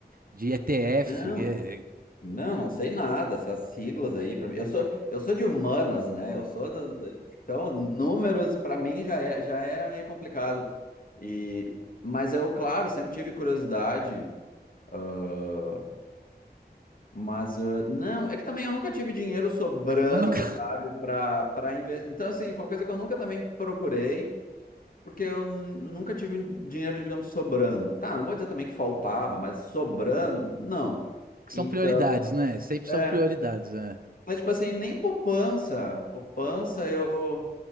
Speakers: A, on the right; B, on the left.
A: de ETF?
B: Não.
A: é,
B: Não, não sei nada, essas siglas aí, pra mim. Eu sou, eu sou de humanas, né? Eu sou do, do- então números pra mim já é, já é meio complicado. E mas eu, claro, sempre tive curiosidade, ah, mas ah, não, é que também eu nunca tive dinheiro sobrando,
A: eu nunca-
B: sabe, para para investir. Então assim, foi uma coisa que eu nunca também procurei. Porque eu nunca tive um dinheiro, digamos, sobrando. Tá, não vou dizer também que faltava, mas sobrando, não.
A: <laughs> que
B: Então,
A: são prioridades, né? Sempre
B: é.
A: são prioridades, né?
B: Mas, tipo assim, nem poupança. Poupança, eu.